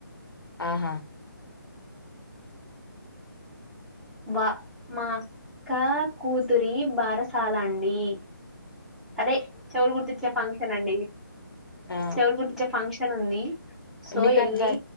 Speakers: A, on the left; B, in the centre.
A: ఆహా
B: వా మా కా కూతురి బారసాలా అండి అదే చెవులు కుట్టిచ్చే ఫంక్షన్ అండి
A: ఆ
B: చెవులు కుట్టిచ్చే ఫంక్షన్ ఉంది సో
A: మీకంత
B: ఎళ్ళి